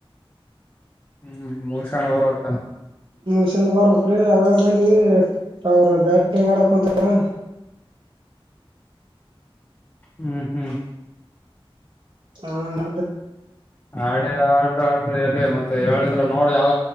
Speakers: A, on the left; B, on the right.
A: ಹ್ಮ್ ಮುಗ ಶಣ್ಣ ಬರೋಟ
B: ಹಸಂದ ಬಾರ್ಬೇಕಕ್್ರಿ ಆಗ ಬಂದಿವವಿಟವರ್ ಬ್ಯಾಟ್ರಂಗ ಆಡ ಕುಂತ್ರ
A: ಹ್ಮ್ ಹ್ಮ್
B: ಹಾ ನ
A: ಆಡಿ ಆಡ್ರ ಆಡ್ರಿ ಎಲ್ಲಿ ಮತ್ತೆ ಹೇಳಿದ್ರ ನೋಡಿ ಅವ